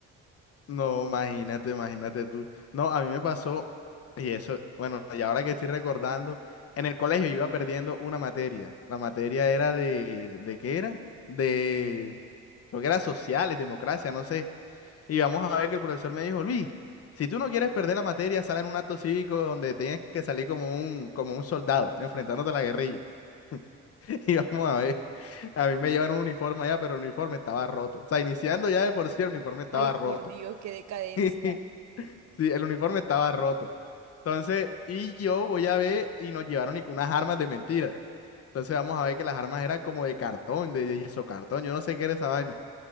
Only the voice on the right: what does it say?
Ay, por
Dios, qué decadencia.